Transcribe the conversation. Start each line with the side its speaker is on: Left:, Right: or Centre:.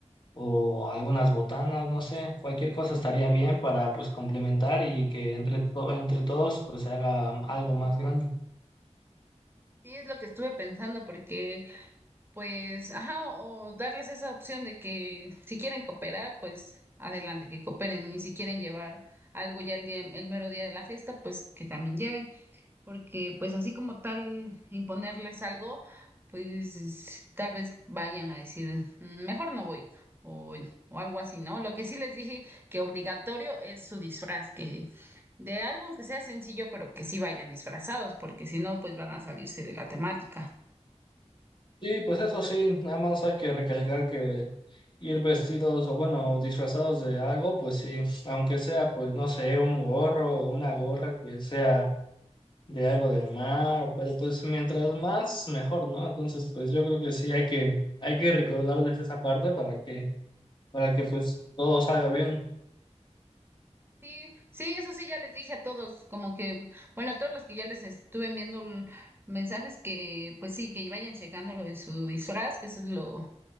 Left: o algunas botanas, no sé, cualquier cosa estaría bien para pues complementar y que entre, to- entre todos pues se haga algo más grande.
Right: Sí, es lo que estuve pensando porque pues, ajá, o, o darles esa opción de que si quieren cooperar, pues adelante, que cooperen, y si quieren llevar algo ya el día, el mero día de la fiesta, pues que también lleven, porque pues así como tal imponerles algo, pues tal vez vayan a decir, "Mm, mejor no voy. O, o algo así, ¿no? Lo que sí les dije que obligatorio es su disfraz, que de algo que sea sencillo, pero que sí vayan disfrazados, porque si no, pues van a salirse de la temática.
Left: Sí, pues eso sí, nada más hay que recalcar que ir vestidos o bueno, disfrazados de algo, pues sí, aunque sea, pues no sé, un gorro o una gorra que sea de algo del mar, o- pero pues mientras más, mejor, ¿no? Entonces, pues yo creo que sí hay que, hay que recordarles esa parte para que, para que pues todo salga bien.
Right: Sí, sí, eso sí, ya les dije a todos, como que, bueno, a todos los que ya les estuve enviando l- mensajes que, pues sí, que vayan checando lo de su disfraz, que eso es lo